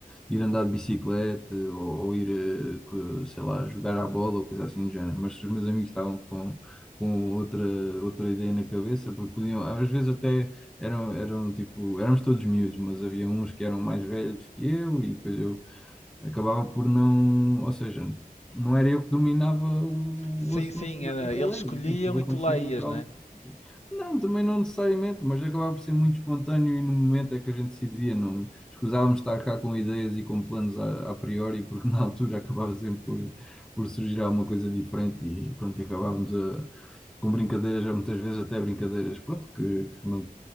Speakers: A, in the centre; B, on the left (about 45°).
A: ir andar de bicicleta ou, ou ir, eh, co- sei lá, jogar à bola ou coisa assim do género, mas se os meus amigos estavam com, com outra, outra ideia na cabeça, porque podiam, às vezes até eram, eram tipo, éramos todos miúdos, mas havia uns que eram mais velhos que eu e depois eu acabava por não, ou seja, não era eu que dominava o,
B: Sim,
A: o assunto
B: sim,
A: da
B: era,
A: brincadeira,
B: eles escolhiam
A: né? Aquilo
B: e
A: acontecia
B: tu lá ias,
A: naturalmente.
B: né?
A: Não, também não necessariamente, mas acabava por ser muito espontâneo e no momento é que a gente decidia, não escusávamos estar cá com ideias e com planos a, a priori, porque na altura acabava sempre por, por surgir alguma coisa diferente e pronto, e acabávamos a com brincadeiras, já muitas vezes até brincadeiras, pronto, que, que não,